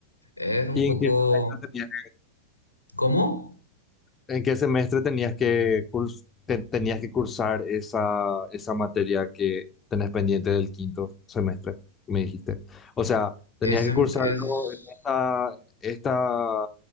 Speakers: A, on the left (about 80°); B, on the left (about 20°).
A: Es un
B: ¿Y
A: poco...
B: en qué semestre tenías
A: ¿Cómo?
B: ¿En qué semestre tenías que, curs- te- tenías que cursar esa, esa materia que tenés pendiente del quinto semestre? Me dijiste. O sea, tenías
A: Es,
B: que
A: en-
B: cursarlo
A: es,
B: en esta, en esta